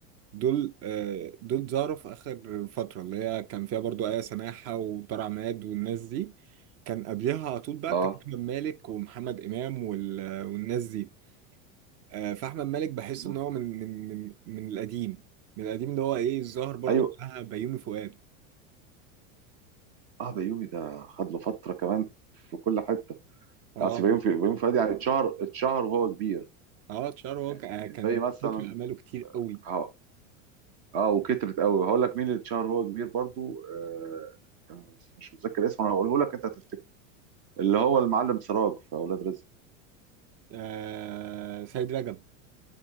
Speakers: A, on the right (about 35°); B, on the right (about 55°).
A: دول آه، دول ظهروا في اخر فتره اللي هي كان فيها برضو ايه سماحه وطارق عماد والناس دي كان قبلها على طول بقى
B: اه
A: كان احمد مالك ومحمد امام وال- والناس دي آه، فاحمد مالك بحس
B: مم.
A: ان هو من من من من القديم من القديم اللي هو ايه الظاهر برضو
B: ايوه
A: بتاع بيومي فؤاد
B: اه بيومي ده خد له فتره كمان في كل حته
A: اه
B: يعني أصل بيومي
A: بيومي
B: في بيومي
A: فؤاد.
B: فؤاد يعني اتشهر اتشهر وهو كبير
A: اه اتشهر هو
B: يعني
A: ك- آه، كان
B: زي مثلا
A: فكر اعماله كتير قوي
B: اه اه وكترت قوي هقول لك مين اللي اتشهر وهو كبير برضو آه أنا بس مش متذكر اسمه انا هقوله لك انت هتفتكر اللي هو المعلم سراج في اولاد رزق
A: آه سيد رجب